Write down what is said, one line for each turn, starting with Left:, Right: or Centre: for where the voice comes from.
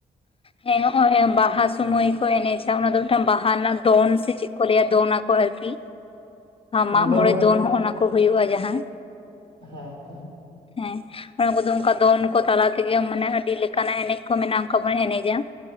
Left: ᱦᱮᱸ ᱱᱚᱜᱼᱚᱭ ᱵᱟᱦᱟ ᱥᱚᱢᱚᱭ ᱠᱚ ᱮᱱᱮᱡᱟ ᱚᱱᱟ ᱫᱚ ᱢᱤᱫᱴᱟᱝ ᱵᱟᱦᱟ ᱨᱮᱱᱟᱜ ᱫᱚᱱ ᱥᱮ ᱪᱮᱫ? ᱠᱚ ᱞᱟᱹᱭᱟ ᱫᱚᱱ ᱟᱠᱚ ᱟᱹᱨᱠᱤᱼᱼ
Right: ᱚᱱᱟ
Left: ᱢᱟᱜ
Right: ᱫᱚ
Left: ᱢᱚᱬᱮ ᱫᱚᱱ ᱱᱚᱜᱼᱱᱟ ᱠᱚ ᱦᱩᱭᱩᱭᱜᱼᱟ ᱡᱟᱦᱟᱸ
Right: ᱦᱮᱸ ᱦᱮᱸ
Left: ᱦᱮᱸ ᱚᱱᱟ ᱠᱚᱫᱚ ᱚᱱᱠᱟ ᱫᱚᱱ ᱠᱚ ᱛᱟᱞᱟ ᱛᱮᱜᱮ ᱢᱟᱱᱮ ᱟᱹᱰᱤ ᱞᱮᱠᱟᱱᱟᱜ ᱮᱱᱮᱡ ᱠᱚ ᱢᱮᱱᱟᱜᱼᱟ ᱚᱱᱠᱟ ᱵᱚᱱ ᱮᱱᱮᱡᱟ ᱾